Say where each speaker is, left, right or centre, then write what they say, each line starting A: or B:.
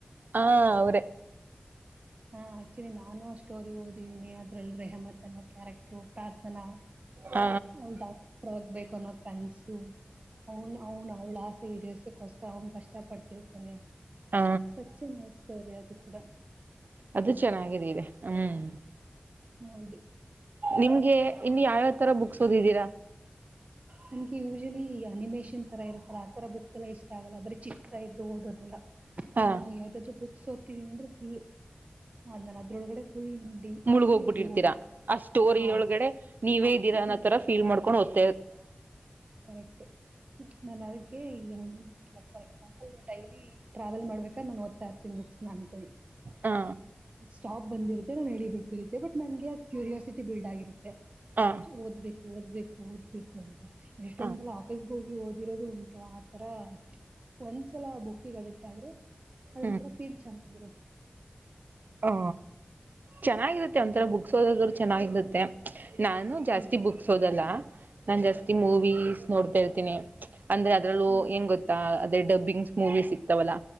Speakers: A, on the right; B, on the right.
A: ಹಾ ಅವರೇ.
B: ಹಾ ಆಕ್ಚುಲಿ ನಾನು ಅಷ್ಟು. ಸ್ಟೋರಿ ಓದಿನಿ ಅದ್ರಲ್ಲಿ ರೆಹಮತ್ ಅನ್ನೋ ಕ್ಯಾರೆಕ್ಟರ್ ಪ್ರಾರ್ಥನಾ
A: ಹ
B: ಅವ ಡಾಕ್ಟರ್ ಆಗ್ಬೇಕು. ಕೊನ ಕನ್ಸು. ಅವನ್ ಅವನು ಅವ್ಳ ಆಸೆ ಈಡೇರ್ಸಕ್ಕೋಸ್ಕ. ಅವನ್ ಕಷ್ಟ ಪಡ್ತಿರ್ತಾನೆ.
A: ಹ
B: ಸಚ್ಚೆ ಮ ಸ್ಟೋರಿ. ಕೂಡ.
A: ಅದು ಚೆನ್ನಾಗಿದೆ ಇದೆ ಹ್ಮ್
B: ಹೌದು
A: ನಿಮಗೆ ಇನ್ನು ಯಾವ್ಯಾವ ತರ ಬುಕ್ಸ್. ಸದಿದ್ದೀರಾ.
B: ನನ ಯೂಶವಲಿ ಅನಿಮ. ಷನ್ ತರ ಇರತ್ತಲ್ಲ ಆ ತರ ಬುಕ್ಸ್ ಎಲ್ಲ ಇಷ್ಟ ಆಗಲ್ಲ ಬರೀ ಚಿತ್ರ ಇದ್ದು ಓದೋದಲ್ಲ.
A: ಹಾ
B: ನಾನು ಯಾವ್ದಾದ್ರೂ ಬುಕ್. ಸೋತಿನಿ ಅಂದ್ರೆ ಫುಲ್ ನಾನನ್ ಅದ್ರೊಳಗಡೆ. ಫುಲ್ ಡೀಪ್
A: ಮುಳಗ
B: ಆಗಿ
A: ಹೋಗ್ಬಿಟ್ಟಿರ್ತೀರಾ
B: ಹೋಗ್ಬಿಟ್ಟಿರ್ತೀನಿ
A: ಆ ಸ್ಟೋರಿಯ
B: ಹಾ
A: ಒಳಗಡೆ ನೀವೇ ಇದ್ದೀರಾ ಅನ್ನೋ
B: ಹೀಗೆ
A: ತರ ೀಲ್ ಮಾಡಕೊಂಡ ಓದ್ತ.
B: ಕರೆಕ್ಟ್ ನನ್ನ ಅದಕ್ಕೆಈ ಹ ಫಾರ್ ಎಕ್ಸಾಪಲ್ ಡೈಲಿ ಟ್ರಾವೆಲ್ ಮಾಡ್ಬೇಕ ನನ್ ಓದ್ತಾರ ತಿನ್ಬುಕ್ಸ್ನ ಅಂದ್ಕೊಳ್ಳಿ
A: ಹಾ
B: ಸ್ಟಾಪ್ ಬಂದಿತ್ತೆ ನಾನು ಹೇಳಿಬೇಕಿರುತ್ತ ಬಟ್ ನನಗೆ ಅ ಕ್ಯೂರಿಯಿಟಿ ಬಿಲ್ಡ್ ಆಗಿತ್ತೆ
A: ಹ
B: ಓದಬೇಕ ಓದ್ಬೇಕು ಓದ್ಬೇಕು ಅಂತ ಎಷ್ಟೊಂದ್ಲ
A: ಹ
B: ಆಫೀಸ್ಗೆ ಹೋಗಿ ಓದಿ ಇರೋದು ಉಂಟು ಆತರ ಒಸ ಸಲ ಬುಕ್ಕಿಗೆ ಅಡಿಕ್ಟ್ ಆದ್ರೆ ಅದೊಂಂತರ
A: ಹ್ಮ್
B: ಫೀಲ್ ಚೆನ್ನಾಗಿರುತ್ತೆ
A: ಆ ಚೆನ್ನಾಗಿರುತ್ತೆ ಒಂಥರ
B: ಹ್ಮ್
A: ಬುಕ್ಸ ಓದದು ಚೆನ್ನಾಗಿರುತ್ತೆ ನಾನು ಜಾಸ್ತಿ
B: ಹೌದು
A: ಬುಕ್ಸ್ ಹೋದಲ್ಲ ನಾನ್ ಜಾಸ್ತಿ
B: ಹ್ಮ್
A: ಮೂವೀಸ್ ನೋಡ್ತಾ ಇರ್ತೀನಿ ಅಂದ್ರೆ ಅದ್ರಲ್ಲೂ
B: ಹ್ಮ್
A: ಎನ್ ಗೊತ್ತಾ ಡಬ್ಬಿಂಗ್ ಮೂವಿ ಸಿಕ್ ಇವಲ್ಲ